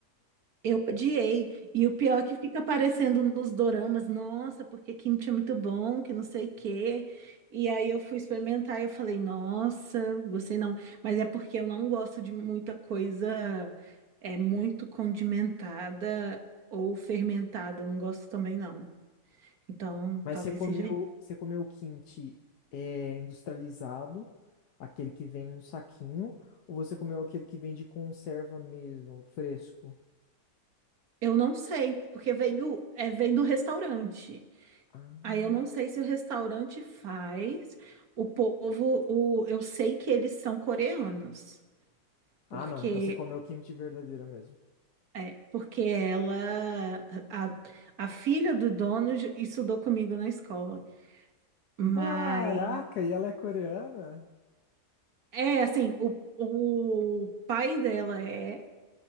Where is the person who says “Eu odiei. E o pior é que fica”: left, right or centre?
Right